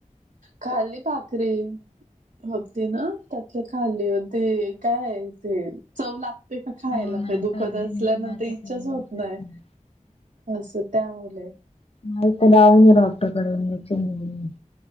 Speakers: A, on the right; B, on the left.
A: खाली भाकरी. होते ना त्यातले खाली होते काय आहे ते. चव लागते का खायला
B: हो ना
A: काही
B: सर्दीने
A: दुखत असल्यानंतर
B: तुला आता
A: इच्छाच
B: ते
A: होत
B: तेच
A: नाही.
B: ना
A: असं त्यामुळे.
B: माग ते जावऊन डॉक्टर कडे इंजेक्शन घेतले.